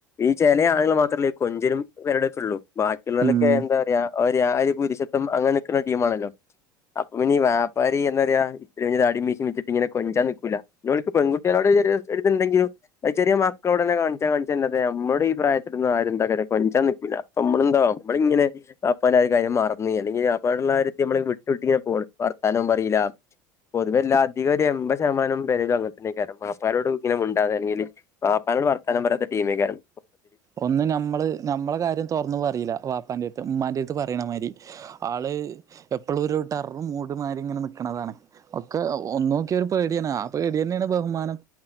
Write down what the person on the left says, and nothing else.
ഈ ചില ആളുകൾ മാത്രമല്ലേ കൊഞ്ചനും വെരടക്കള്ളൂ. ബാക്കിയുള്ളവലൊക്കെ
എന്താ പറയാ ആര് പുരുഷത്വം അങ്ങനെയൊക്കെ ഉള്ള ടീമാണല്ലോ. അപ്പ പിന്ന വാപ്പാര് എന്ത പറയാ ചെറിയ താടി മീശി വച്ചിട്ട് ഇങ്ങന കൊഞ്ചാൻ നിൽക്കൂല്ല ഓൻക്ക് പെൺകുട്ടികളോട് എടുത്തിട്ടിണ്ടെങ്കിലും ചെറിയ മക്കളോട് തന്നെ കാണിച്ചാ കാണിച്ച നമ്മുടെ ഈ പ്രായത്തിന്ന് ആരും എന്താ കൊഞ്ചാനെന്നും നിക്കൂല. അപ്പം നമ്മളെന്താവും നമ്മളിങ്ങനെ വാപ്പാനെ കാര്യം മറന്ന് അല്ലെങ്കി വാപ്പയോടുള്ള കാര്യത്തി നമ്മളിങ്ങനെ വിട്ട് വിട്ട് ഇങ്ങനെ പോരും വർത്താനവും പറിയില്ല. പൊതുവെ എല്ലാധികം ഒരു എൺമ്പത് ശതമാനം പേരും അങ്ങനത്തന്നെയാരിക്കും വാപ്പാ നോട് ഇങ്ങനെ മിണ്ടാതെ ആണെങ്കില് വാപ്പാനോട് വർത്താനം പറയാത്ത ടീമേക്കാരും.